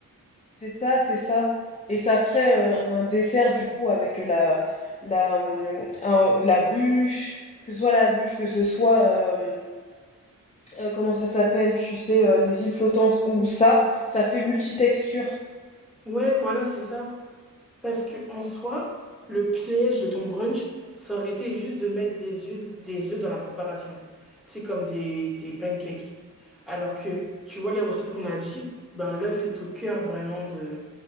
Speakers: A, on the left (about 20°); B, in the centre.
A: C'est ça, c'est ça. Et ça ferait, heu, un dessert du coup avec, la la, mmh, un la bûche, que ce soit la bûche, que ce soit, euh, comment ça s'appelle, tu sais, euh, les îles flottantes ou ça, ça fait multitexture.
B: Ouais, voilà, c'est ça. Parce que en soi, le piège de ton brunch, ça aurait été juste de mettre des œufs, des œufs dans la préparation. C'est comme des, des pancakes. Alors que, tu vois, les recettes qu'on a dit, ben l'œuf est au cœur vraiment de,